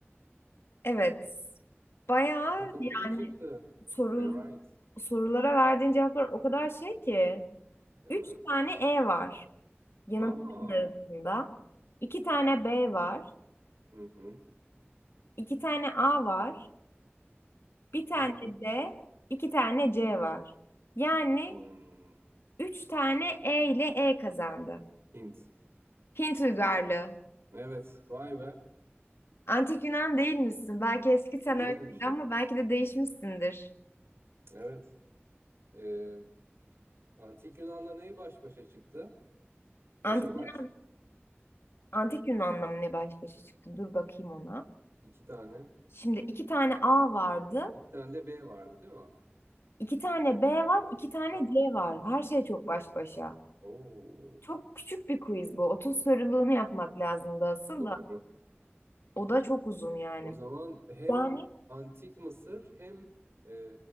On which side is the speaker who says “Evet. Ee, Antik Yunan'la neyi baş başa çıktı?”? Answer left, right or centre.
Right